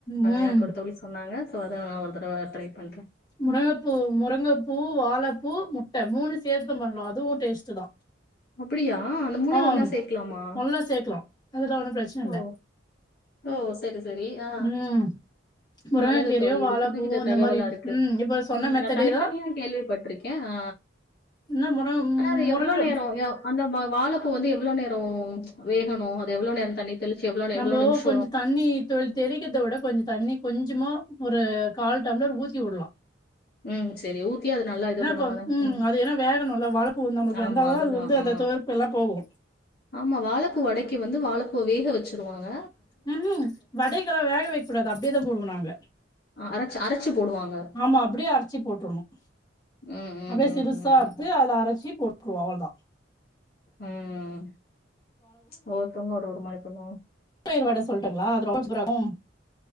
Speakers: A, on the left; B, on the left.
A: ம்
B: எனக்கு ஒரு தோழி சொன்னாங்க சோ அது பிறவ ட்ரை பண்றே
A: முருங்கப்பூ முருங்கைப்பூ வாழப்பூ முட்ட மூணு சேர்த்தும் பண்ணலா அதுவும் டேஸ்டு தா
B: அப்டியா அந்த மூனையு
A: ஆம்
B: ஒன்னா சேக்கலாமா
A: நல்லா சேக்கலா அதுல ஒன்னு பிரச்சன இல்ல
B: ஓ ஓ சரி சரி ஆ
A: ம் முருங்கக்கீரையு
B: நல்லது தோழி இது
A: வாழப்பூவு
B: வித
A: இந்த
B: தகவலா
A: மாரி
B: இருக்கு
A: ம் இப்ப சொன்ன
B: ம்
A: மெத்தடே
B: நா தனித்தனியா
A: தா
B: கேள்விப்பட்டிருக்கே ஆ
A: இன்னு முரு
B: ஆன அது
A: முருங்க
B: எவ்ளோ நேரம் அந்த ம வாழ பூ வந்து எவ்ளோ நேரம் வேகணும் அத எவ்ளோ நேரம் தண்ணி தெளிச்சு எவ்ளோ
A: நம்போ
B: எவளோ நிம்ஷம்
A: கொஞ்ச தண்ணி தொளி தெளிக்கிறதவிட கொஞ்ச தண்ணி கொஞ்சமா நிச்சமா ஒரு கால் டம்ளர் ஊத்தி வுடலாம்
B: ம் சேரி ஊத்தி அது நல்லா இது பண்ணுவாதே
A: கொ
B: ம்
A: அது ஏன்னா வேகணுல்ல வாழப்பூ நமக்கு வெந்தாதா
B: ஆமா அதுதா
A: அது வந்து
B: ஆ
A: அந்த துவர்ப்பு எல்லா போகு
B: ஆமா வாழப் பூ வடைக்கு வந்து வாழ ப்பூ வேக வச்சிருவாங்க
A: ம்ஹூம் வடைக்கெல்லாம் வேக வைக்கக்கூடாது அப்டியேதா போடுவோ நாங்க
B: அ அரைச்சு அரைச்சு போடுவாங்க.
A: ஆமா அப்டியே அர சி போட்ரனும்
B: ம், ம்,
A: அப்டியே
B: ம்,
A: சிறுசா
B: ம்,
A: அத்து
B: ம்.
A: அதுல அரச் ரச்சி போட்டுருவோம் அவ்ளதா
B: ம் ஒவ்வொருத்தங்க ஒரு ஒருமாறி பண்ணுவாங்க
A: பயிறு வட சொல்லட்டுங்களா அது ரொம்ப சூப்பராருக்கும்